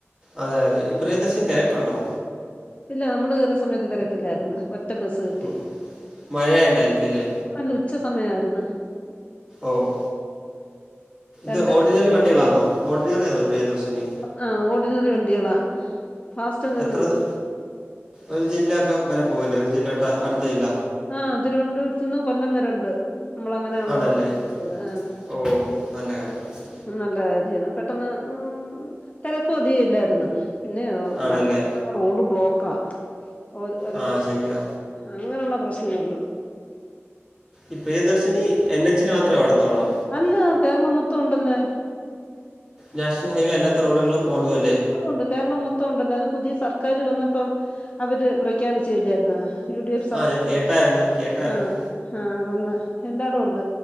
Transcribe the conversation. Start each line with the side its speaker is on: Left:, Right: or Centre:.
Right: അതെ യതെ ഈ പ്രിയദർശൻ തെരക്കുണ്ടോ?
Left: ഇല്ല നമ്മള് കേറിയ സമയത്ത് തിരക്കില്ലാരിന്ന് ഒറ്റ ബസ് കിട്ടി
Right: മ- മഴയുണ്ടായിരിക്കും അല്ലേ
Left: അല്ല ഉച്ച സമയായിരുന്ന്.
Right: ഓഹ്
Left: രണ്ട്
Right: ത് ഓർഡിനറി വണ്ടികളാണോ ഓർഡിനറി ആണോ പ്രിയദർശിനി
Left: ആഹ് ഓഡിനറി വണ്ടികളാ. ഫാസ്റ്റ്
Right: എത്ര
Left: ഒന്നും ഇല്ല
Right: ത ഒരു ജില്ല ഒക്കെ വരെ പോവല്ലേ ഒരു ജില്ലോട്ട അടുത്ത ജില്ല.
Left: ആഹ് തിരുവനന്തപുരത്തുന്ന് കൊല്ലം വരെ ണ്ട് നമ്മള അങ്ങനെ ആള്ളോ
Right: ആണല്ലേ
Left: വണ്ടി ആഹ്
Right: ഓ നല്ല കാര്യം
Left: നല്ല കാര്യാണ് പെട്ടെന്ന് ഉം തിരക്കു അതിക ല്ലായിരുന്നു. പിന്നേ
Right: ആണല്ലേ
Left: മഴന്ന് റോഡ് ബ്ലോക്കാ ഓ ഓരോരുത്തട്ത്ത്
Right: ആ ശരിയാ
Left: അങ്ങനൊള്ള പ്രശ്നേ ഒള്ള്
Right: ഇ പ്രിയദർശിനി എൻ എചിൽ മാത്രേ ഓടത്തോളോ?
Left: അല്ലാ കേരളം മൊത്തം ണ്ടല്ലാ.
Right: നാഷണൽ ഹൈവേ അല്ലാത്ത റോഡുകളും ഓടൂ അല്ലേ?
Left: ത്തം ഉണ്ട് കേരളം മൊത്തംണ്ടല്ലോ അത് പുതിയ സർക്കാര് വന്നപ്പം അവര് പ്രഖ്യാപിച്ച ഇല്ലായിരുന്നാ.. യു ഡി എഫ് സർ
Right: ആ ഞാൻ കേട്ടായിരുന്നു കേട്ടായിരുന്നു
Left: ആഹ് ആഹ് വന്ന് എല്ലാടോണ്ട്